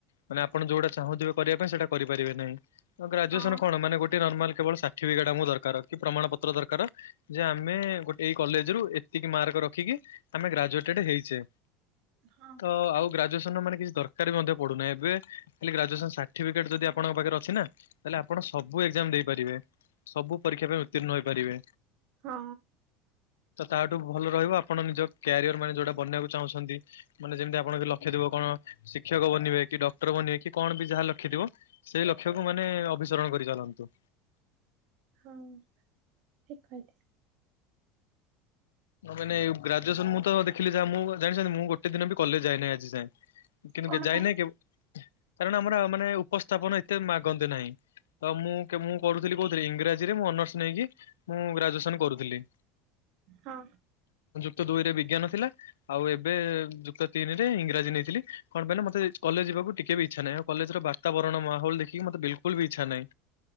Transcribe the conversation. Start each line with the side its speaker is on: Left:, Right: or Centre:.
Left: ମାନେ ଆପଣ ଯୋଉଟା ଚାହୁଁଥିବେ କରିବା ପାଇଁ ସେଇଟା କରିପାରିବେ ନାହିଁ। ଗ୍ରାଜୁଏସନ
Right: ହଁ
Left: କଣ ମାନେ ଗୋଟେ ନର୍ମା କେବଳ ସାର୍ଟିଫିକେଟ ଆମ ଦରକାର କି ପ୍ରମାଣ ପତ୍ର ଦରକାର ଯେ ଆ ଆମେ ଗୋଟେ ଏଇ କଲେଜ ରୁ ଏତିକି ମାର୍କ ରଖିକି ଆମେ ଗ୍ରାଜୁଏଟ ହେଇଚେ।
Right: ହଁ
Left: ତ ଆଉ ଗ୍ରାଜୁଏସନ ର ମାନେ କିଛି ଦରକାର ବି ମଧ୍ୟ ପଡୁନାହିଁ, ଏବେ ଖାଲି ଗ୍ରଜୁଏସନ ସାର୍ଟିଫେଟ ଯଦି ଆପଣଙ୍କ ପାଖରେ ଅଛି ନା ତାହଲେ ଆପଣ ସବୁ ଏଜାମ ଦେଇପାରିବେ। ସବୁ ପରୀକ୍ଷା ପାଇଁ ଉତ୍ତୀର୍ଣ୍ଣ ହୋଇପାରିବେ।
Right: ହଁ।
Left: ତ ତାହାଠୁ ଭଲ ରହିବ ଆପଣ ନିଜ କ୍ୟାରିଅର ମାନେ ଯୋଉଟା ବନିବାକୁ ଚାହୁଁଛନ୍ତି ମାନେ ଯେମିତି ଆପଣଙ୍କ ଲକ୍ଷ୍ୟ ଥିବ କଣ ଶିକ୍ଷକ ବନିବେ କି ଡକ୍ଟର ବନିବେ କି କଣ ବି ଯାହା ଲକ୍ଷ୍ୟ ଥିବ ସେଇ ଲକ୍ଷ୍ୟକୁ ମାନେ ଅଭିସରଣ କରି ଚାଲନ୍ତୁ।
Right: ହଁ ଠିକ କହି
Left: ମାନ ଗ୍ରାଜୁଏସନ ମୁଁ ତ ଦେଖିଲି ଯାହା ମୁଁ ଜାଣି ମୁଁ ଗୋଟେ ଦିନ କଲେଜ ଯାଇଏନାହିଁ ଆଜି ଯାଏଁ। କିନ୍ତୁ
Right: କଣ
Left: ଯାଇନାହିଁ
Right: ପାଇଁ
Left: କେ କାରଣ ଆମର ମାନେ ଉପସ୍ଥାପନ ଏତେ ମାଗନ୍ତି ନାହିଁ। ତ ମୁଁ ମୁଁ କରୁ କହୁଥିଲ ଇଂରାଜୀରେ ମୁ ଅନର୍ସ ନେଇକି ମୁଁ ଗ୍ରାଜୁଏସନ କରୁଥିଲି।
Right: ହଁ।
Left: ଯୁକ୍ତ ଦୁଇ ରେ ବିଜ୍ଞାନ ଥିଲା, ଆଉ ଏବେ ଯୁକ୍ତ ତିନିରେ ଇଂରାଜୀ ନେଇଥିଲି କଣ କହିଲ ମତେ କଲେଜ କୁ ଟିକେ ବି ଇଚ୍ଛା ନାହିଁ କଲେଜର ବାତାବରଣ ମାହଲ ଦେଖିକି ମତେ ବିଲକୁଲ ବି ଇଚ୍ଛା ନାହିଁ।